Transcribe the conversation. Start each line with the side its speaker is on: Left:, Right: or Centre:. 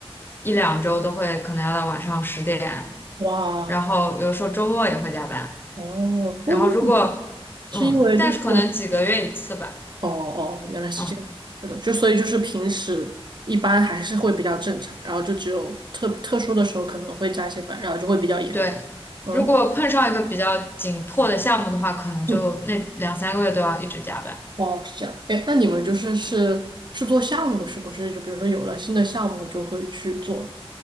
Left: 一两周都会可能要到晚上十点，
Right: 哇，
Left: 然后有时候周末也会加班。
Right: 哦，
Left: 然后如果嗯，
Right: 为为什么呀是因为就是
Left: 但是可能几个月一次吧。
Right: 哦哦，原来是这样。
Left: 嗯，
Right: 那种就所以就是平时一般还是会比较正常，然后就只有特特殊的时候可能会加一些班，然后就会比较严重。
Left: 对。
Right: 嗯
Left: 如果碰上一个比较紧迫的项目的话，可能就那两三个月都要一直加班。
Right: 嗯，哦，是这样。哎，那你们就是是是做项目是不是？就比如说有了新的项目就会去做，